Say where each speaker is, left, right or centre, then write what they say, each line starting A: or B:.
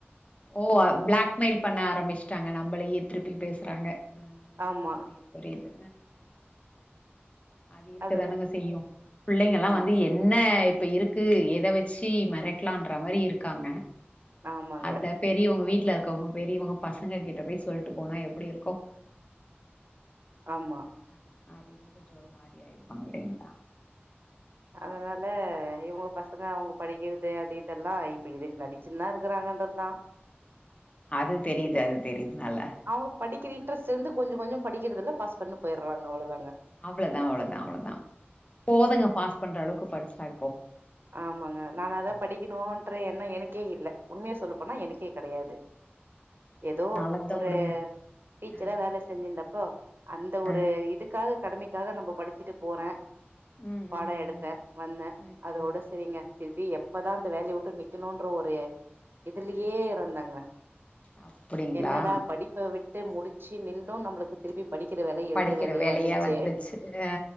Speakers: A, on the left; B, on the right.
A: ஒ பிளாக் மெயில் பண்ண ஆரம்பிச்சுட்டாங்க நம்மளயே திருப்பி பேசுறாங்க அ
B: ஆமா
A: புரியுது புரியுது அது இருக்கதானங்க
B: அதுல
A: செய்யு புள்ளைங்கலா
B: ஆ
A: வந்து என்ன இப்ப இருக்கு எத வச்சி மெரட்டலான்ற மாரி இருக்காங்க
B: ஆமாங்க
A: அதுல பெரியவங்க வீட்ல இருக்கவங்க பெரியவங்க பசங்க கிட்ட போய் சொல்ட்டு போனா எப்டி இருக்கு
B: ஆமா
A: அது அது கொஞ்சோ ஒரு மாரி ஆயிருப்பாங்க இல்லிங்களா
B: அதனால இவங்க பசங்க அவங்க படிக்கிறது அது இதெல்லா இப்ப இதுக்கு நடி சின்னா இருக்கறாங்கன்ற தா
A: அது தெரியுது அது தெரியுது நல்லா
B: அவங்க படிக்கிற இன்ட்ரெஸ்ட் இருந்து கொஞ்சொ கொஞ்சொ படிக்கிறதில பாஸ் பண்ணி போயிட்றாங்க அவ்ளதாங்க
A: அவ்ளதா அவ்ளதா அவ்ளதா போதுங்க பாஸ் பண்ற அளவுக்கு படிச்சா இப்போ
B: ஆமாங்க நாங்க அதா படிக்கணுன்ற எண்ணொ எனக்கே இல்ல உண்மைய சொல்லப்போனா எனக்கே கெடையாது <inaudible> ஏதோ
A: அது நல்லதுதா
B: ஒரு
A: வுடுங்க
B: டீச்சரா
A: அ
B: வேல செஞ்சிர்ந்தப்போ அந்த ஒரு
A: அ
B: இதுக்கு க்காக கடமைக்காக நம்ம படிச்சுட்டு போறே
A: ம்
B: பட
A: ம்
B: எடுத்தெ
A: ம்
B: வந்தெ
A: ம்
B: அதோட
A: ம்
B: சரிங்க திருப்பி எப்பதா அந்த வேலயை விட்டு நிக்கணுன்ற ஒரு இதுலயே
A: ம்
B: இருந்தங்க
A: அ அப்டிங்களா
B: என்னடா படிப்ப விட் விட்டு முடிச்சு நிண்டோ நம்மளுக்கு திருப்பி படிக்கிற வேலை எழுதுற
A: படிக்கிற
B: வேலையெ
A: வேலையா
B: வந்துருச்சே
A: வந்துச்சு அ